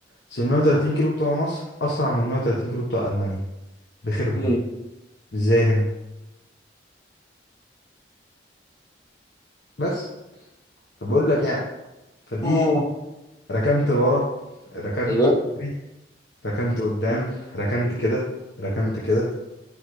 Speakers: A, on the left; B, on the left.
A: بس ال 130 كيلو بتوع مصر اسرع من 130 كيلو بتوع المانيا بخيرهم
B: امم
A: ازاي هنا بس فبقول لك يعني فدي
B: اه
A: ركنت ورا ركنت
B: ايوه
A: فوري ركنت قدام ركنت كده ركنت كده